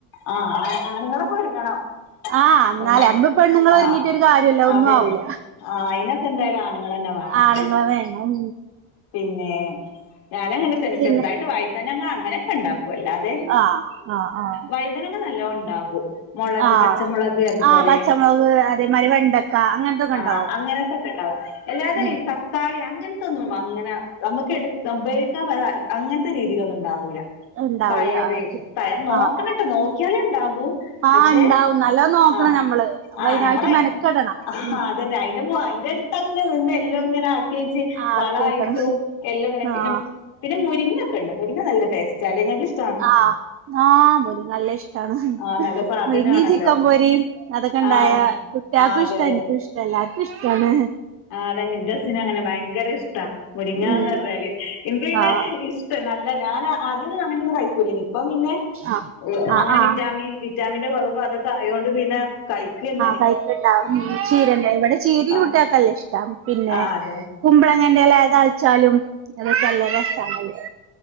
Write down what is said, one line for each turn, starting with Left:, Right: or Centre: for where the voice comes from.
Left: ആഹ് ആണ് ആണുങ്ങളൊക്ക ഒരുങ്ങണം
Right: ആഹ് എന്നാല
Left: അയ്
Right: നമ്മള് പെണ്ണുങ്ങൾ
Left: ആഹ്
Right: ഒരുങ്ങിട്ട് ഒരു കാര്യല്ല
Left: അതെന്നെ
Right: ഒന്നും ആവൂല
Left: ആ അയ്ന ച്ച്എന്തായാലും ആണുങ്ങള് തന്നെ വേണം
Right: ആണുങ്ങളെ വേണം
Left: പിന്നെ ഞാനങ്ങനെ തന്നെ
Right: പിന്നെ
Left: ചെറുതായ്ട്ട് വയ്തനങ്ങ അങ്ങനെക്ക ഇണ്ടാക്കു അല്ലാതെ
Right: അഹ് ആഹ് ആഹ്
Left: വയ്തനങ്ങ നല്ലോം ഇണ്ടാകും മൊളക്
Right: ആഹ്
Left: പച്ചമൊളക് അത്പോലെ
Right: ആഹ് പച്ചമുളക് അതേമാതിരി വെണ്ടക്ക അങ്ങനത്തൊക്കെ
Left: ആഹ്
Right: ഉണ്ടാവും
Left: അങ്ങനത്തൊക്കെ ഇണ്ടാവും എല്ലാതെ
Right: ഉം
Left: ഈ തക്കാളി അങ്ങൻത്തൊന്നും വ അങ്ങനെ ഞമ്മക്ക് എട്ത് റം ഉപയോഗിക്കാൻ പറ്റ്ന്ന അങ്ങൻത്തെ രീതിലൊന്നും ഇണ്ടാവൂല
Right: ഉണ്ടാവൂല
Left: പയറ്
Right: ആഹ് ശരി
Left: പയർ നോക്കണം
Right: ആഹ്
Left: ട്ടോ നോക്കിയാലെ ഇണ്ടാകൂ
Right: ആഹ് ആഹ്
Left: പക്ഷെ
Right: ഉണ്ടാവും നല്ലോ നോക്കണം
Left: അഹ്
Right: ഞമ്മള് നമ്മള്
Left: ആഹ്
Right: അതിനായിട്ട്
Left: ഞമ്മള് അയ്
Right: മെനക്കെടണം
Left: അഹ്
Right: ഉം
Left: അത് തെന്നെ അയ്ന്റെ മൊ അയ്ന്റെട്ത്ത് അങ്ങനെ നിന്ന് എല്ലൊം ഇങ്ങനാ ക്കി വെച്ചെ
Right: ആഹ്
Left: വളായ്ട്ടും
Right: കേക്കണം
Left: എല്ലൊ ഇങ്ങനെ ഇട്ട്
Right: ആഹ്
Left: നം പിന്നെ മുരിങ്ങ ഒക്കെ ഇണ്ട് മുരിങ്ങ നല്ല ടേസ്റ്റാലേ ഇങ്ങക്ക് ഇഷ്
Right: അഹ് ആഹ് മുരി നല്ല ഇഷ്ടാണ്
Left: ആഹ് നല്ല സാധനാണല്ലോ
Right: മുരിങ്യിം ചിക്കം പൊരിം അതൊക്കെ ഇണ്ടായാ
Left: ആഹ്
Right: കു ട്ട്യാക്കും
Left: ആഹ് അതെ
Right: ഇഷ്ട ഇൻക്കു ഇഷ്ട എല്ലാര്ക്കു ഇഷ്ടാണ്
Left: ആഹ് അതെന്നെ ഇന്റെ ഹസ്സിന് അങ്ങനെ ഭയങ്കര ഇഷ്ടാ മുരിങ്യാന്ന്
Right: ഉം
Left: പറഞ്ഞാല് ഇൻക്ക് പിന്നെ
Right: ആഹ്
Left: ഇഷ്ടം നല്ല ഞാന് ആദ്യ ഒന്നും അങ്ങനൊന്നും കയ്ക്കൂലേയ്നി ഇപ്പം പിന്നെ
Right: ആഹ്
Left: എഹ്
Right: ആഹ്
Left: അങ്ങനെ
Right: ആഹ്
Left: വിറ്റാമിൻ വിറ്റാമിന്റെ കൊറവ് അതൊക്കെ ആയോണ്ട് പിന്നെ കഴിക്കെന്നെ
Right: കഴിക്ക്‌ണ്ടാവും ഉം ചീരെന്റെ ഇവടെ ചീരീം
Left: ആഹ്
Right: കുട്ട്യാക്ക്‌ നല്ല ഇഷ്ട പിന്നെ
Left: ആഹ് അതെ
Right: കുമ്പളങ്ങന്റെ എല താളിച്ചാലും അതൊക്കെ നല്ല രസാണല്ലേ